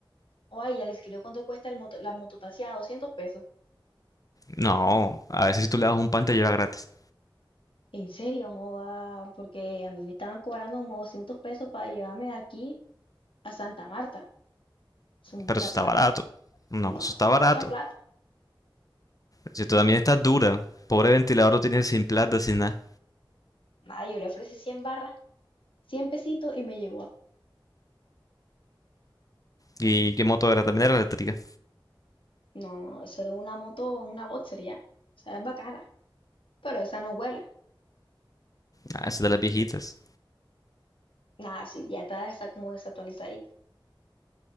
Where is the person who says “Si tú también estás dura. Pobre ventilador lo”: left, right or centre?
Left